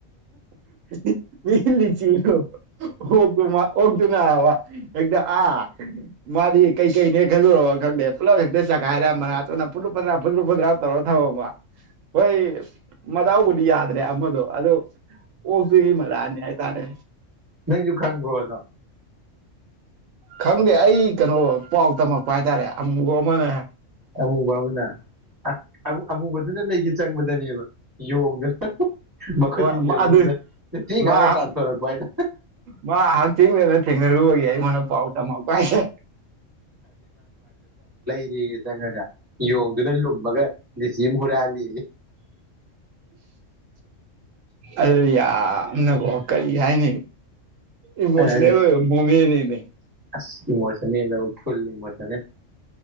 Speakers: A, on the right; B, on the right.
A: <unintelligible> ꯑꯣꯛꯇꯨꯅꯕ ꯍꯦꯛꯇ ꯑꯥ ꯃꯥꯗꯤ ꯀꯩꯀꯩꯅꯦ ꯈꯜꯂꯨꯔꯕ ꯈꯪꯗꯦ ꯄꯨꯂꯞ ꯍꯦꯛꯇ ꯆꯈꯥꯏꯔ ꯃꯅꯥꯇꯣꯟꯅ ꯐꯗ꯭ꯔꯨ ꯐꯗ꯭ꯔꯥ ꯐꯗ꯭ꯔꯨ ꯐꯗ꯭ꯔꯥ ꯇꯧꯔꯒ ꯊꯃꯝꯃ ꯍꯣꯏ ꯃꯗꯥꯎꯕꯨꯗꯤ ꯌꯥꯗ꯭ꯔꯦ ꯑꯃꯗꯣ ꯑꯗꯣ ꯑꯣꯛꯇꯨꯒꯤ ꯃꯔꯥꯜꯅꯦ ꯍꯥꯏ ꯇꯥꯔꯦ
B: ꯅꯪꯖꯨ ꯈꯪꯕ꯭ꯔꯣ ꯑꯗꯣ
A: ꯈꯪꯗꯦ ꯑꯩ ꯀꯩꯅꯣ ꯄꯥꯎ ꯇꯝꯃꯛꯄ ꯍꯥꯏꯇꯥꯔꯦ ꯑꯃꯨꯕ ꯑꯃꯅ ꯑ
B: ꯑꯃꯨꯕ ꯑꯃꯅ ꯑꯃ ꯑꯃ ꯑꯃꯨ ꯐꯖꯅ ꯂꯩꯒꯦ ꯆꯪꯕꯗꯅꯦꯕ ꯌꯣꯒ
A: ꯑꯣ
B: ꯃꯈꯨꯠ ꯊꯤꯡꯖꯜꯂꯨꯕꯗ
A: ꯑꯗꯨ
B: ꯊꯤ ꯉꯥꯡꯉ
A: ꯃꯥ
B: ꯇꯥꯟꯊꯣꯔꯛꯄ ꯍꯥꯏ ꯇꯥꯔꯦ
A: ꯃꯥ ꯍꯛꯊꯦꯡꯅꯅ ꯊꯦꯡꯅꯔꯨꯕꯒꯤ ꯑꯩꯉꯣꯟꯗ ꯄꯥꯎ ꯇꯝꯃꯛꯄ ꯍꯥꯏ ꯇꯥꯔꯦ
B: ꯎ ꯇꯩꯗꯅꯒ <unintelligible> ꯌꯣꯡꯗꯨꯅ ꯂꯨꯝꯃꯒ ꯂꯤꯆꯤ ꯑꯃ ꯍꯨꯔꯥꯜꯂꯦꯌꯦ
A: <inaudible> ꯑꯗꯨ ꯌꯥ <unintelligible> ꯌꯥꯝꯅꯀꯣ ꯀꯔꯤ ꯍꯥꯏꯅꯤ ꯏꯃꯣꯁꯅꯦꯜ
B: ꯑꯩꯅ ꯍꯥꯏꯁꯦ
A: ꯑꯣꯏꯕ ꯃꯣꯃꯦꯟꯅꯦ <inaudible>
B: ꯑꯁ ꯏꯃꯣꯁꯟꯅꯦꯜ ꯍꯥꯏꯕꯨ ꯐꯨꯜ ꯏꯃꯣꯁꯟꯅꯦꯜ